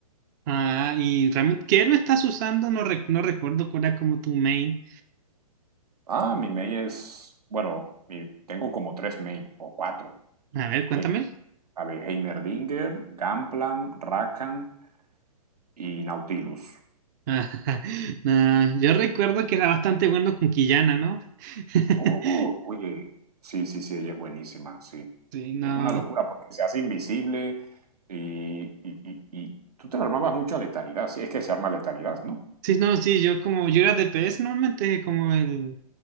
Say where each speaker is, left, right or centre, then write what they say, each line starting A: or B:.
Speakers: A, on the right (about 30°); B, on the right (about 80°).
A: Ah, y realmente, ¿qué héroe estás usando? No, rec- no recuerdo cuál era como tu main.
B: Ah, mi main es, bueno, mi- tengo como tres main o cuatro.
A: A ver, cuéntame.
B: Sí. A ver, Heimerdinger, Gangplank, Rakan y Nautilus.
A: Ah, <laughs> Nah, yo recuerdo que era bastante bueno con Quillana, ¿no? <laughs>
B: Uh, oye, sí, sí, sí, ella es buenísima, sí.
A: Sí, no.
B: Es una locura porque se hace invisible y, y, y- y tú te la armabas mucho a letalidad, sí, es que se arma letalidad, ¿no?
A: Sí, no, sí, yo como yo era DPS normalmente como el